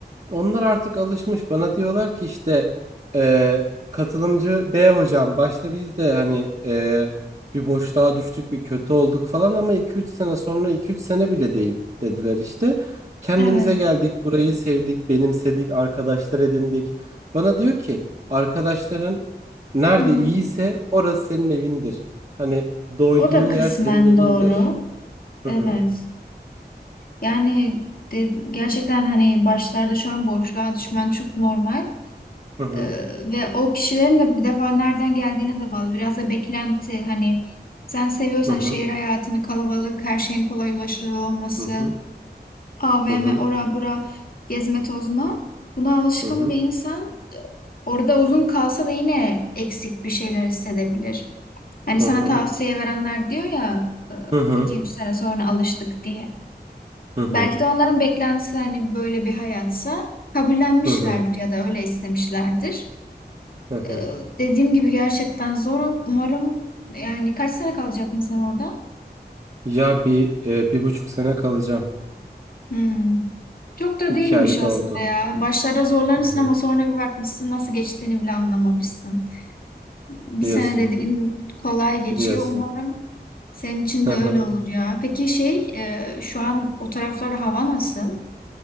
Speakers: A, on the right; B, on the left.
A: Onlar artık alışmış. Bana diyorlar ki işte e, katılımcı B hocam. Başta biz de hani e, bir boşluğa düştük, bir kötü olduk falan ama iki üç sene sonra iki üç sene bile değil dediler işte. Kendimize
B: Evet.
A: geldik, burayı sevdik, benimsedik, arkadaşlar edindik. Bana diyor ki arkadaşların nerede
B: Hı hı.
A: iyiyse orası senin evindir. Hani doyduğun
B: O da
A: yer
B: kısmen
A: senin evindir.
B: doğru.
A: Hı
B: Evet.
A: hı
B: Yani de, gerçekten hani başlarda şu an boşluğa düşmen çok normal.
A: hı hı
B: Ee, ve o kişilerin de bir defa nereden geldiğine de bağlı. Biraz da beklenti hani sen seviyorsan
A: hı
B: şehir hayatını, kalabalık, her şeyin kolay ulaşılır olması,
A: hı hı
B: AVM,
A: hı
B: ora bura, gezme tozma. Buna alışkın
A: hı hı hı
B: bir insan orada uzun kalsa da yine eksik bir şeyler hissedebilir. Hani
A: hı
B: sana tavsiye verenler diyor ya e,
A: hı.
B: iki üç sene sonra alıştık diye.
A: hı hı.
B: Belki de onların beklentisi hani böyle bir hayatsa kabullenmişlerdir
A: Hı hı.
B: ya da öyle istemişlerdir.
A: Hı hı.
B: Ee, dediğim gibi gerçekten zor. Umarım yani kaç sene kalacak mısın orada?
A: Ya bir e, bir buçuk sene kalacağım.
B: Hmm. Çok da
A: İki
B: değilmiş
A: ayı
B: aslında
A: doldu.
B: ya. Başlarda zorlanırsın
A: Hı hı.
B: ama sonra bir bakmışsın nasıl geçtiğini bile anlamamışsın. Bir
A: Diyorsun.
B: sene dediğin kolay geçiyor.
A: Diyorsun.
B: Umarım senin için
A: Hı
B: de öyle
A: hı.
B: olur ya. Peki şey e, şu an o taraflarda hava nasıl?